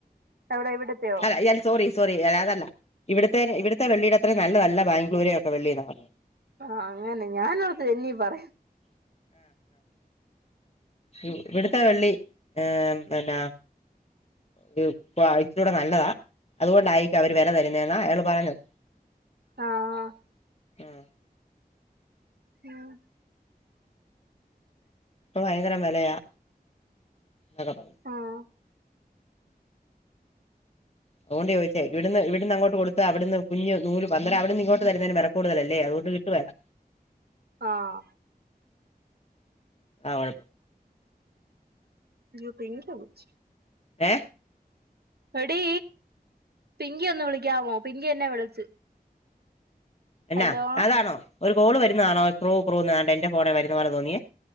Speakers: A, on the right (about 80°); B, on the left (about 40°).
A: എവിടെ ഇവിടത്തെയോ
B: അല്ല സോറി സോറി അല അതല്ല ഇവിടു ത്തെ ഇവിടിത്തെ വെള്ളിടെ അത്ര നല്ലതല്ല ബാംഗ്ലൂര് ഒക്കെ വെള്ളി എന്നാ പറഞ്ഞേ
A: ആഹ് അങ്ങനെ ഞാനോർത്ത് എന്നാ ഈ പറയു
B: ഉം ഇവിടുത്തെ വെള്ളി ഏഹ് പിന്നാ ഒരു ക്വാളിറ്റി ഇച്ചിരിക്കൂടെ നല്ലതാ അതുകൊണ്ടായിരിക്കും അവര് വെല തരുന്നേന്നാ അയാള് പറഞ്ഞത്
A: ആഹ്
B: ആഹ്
A: ഉം
B: ഭയങ്കരം വെലയാ എന്നക്ക പറഞ്ഞു.
A: ആഹ്
B: അതുകൊണ്ട് ചോയ്ച്ചയ ഇവിടുന്ന് ഇവിടുന്ന് അങ്ങോട്ട് കൊടുത്താ അവിടന്ന് കുഞ്ഞ് നൂല് അന്നരം അവടെന്ന് ഇങ്ങോട്ട് തരുന്നേന് വെല കൂടുതലല്ലേ അതുകൊണ്ട് കിട്ടുവേല്ല
A: ആഹ്
B: ആ <unintelligible>
A: <unintelligible>
B: ഏ
A: എഡീ പിങ്കിയെ ഒന്ന് വിളിക്കാവോ പിങ്കി എന്നെ വിളിച്ച്
B: എന്നാ
A: ഹലോ
B: അതാണോ? ഒരു കോള് വരുന്നതാണോ ക്രൂ ക്രൂന്ന് തേണ്ടെ എന്റെ ഫോണെ വരുന്ന പോലെ തോന്നിയേ